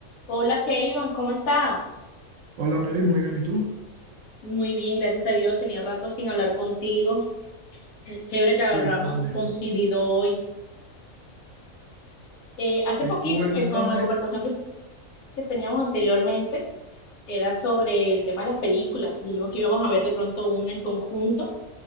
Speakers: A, on the left (about 75°); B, on the right (about 65°).
A: Hola, Keivan, ¿cómo está?
B: Hola Mary, muy bien. ¿Y tú?
A: Muy bien, gracias a Dios. Tenía rato sin hablar contigo. Qué Chévere que
B: Sí,
A: hablamos
B: yo también.
A: coincidido hoy. Eh, hace
B: Sí,
A: poquito,
B: cuéntame.
A: pues con la conversación que, que teníamos anteriormente, era sobre el tema de las películas. Dijimos que íbamos a ver de pronto una en conjunto